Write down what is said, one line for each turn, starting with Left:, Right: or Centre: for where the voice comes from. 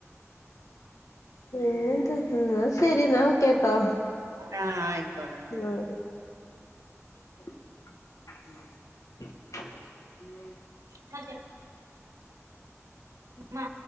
Left: പിന്നന്ത ന്നാ ശരി എന്നാ വെക്കാട്ടോ
Right: ആ ആയിക്കോട്ടെ എന്നാ
Left: ആ ഉ <unintelligible>
Right: മ്മാ മ്മാ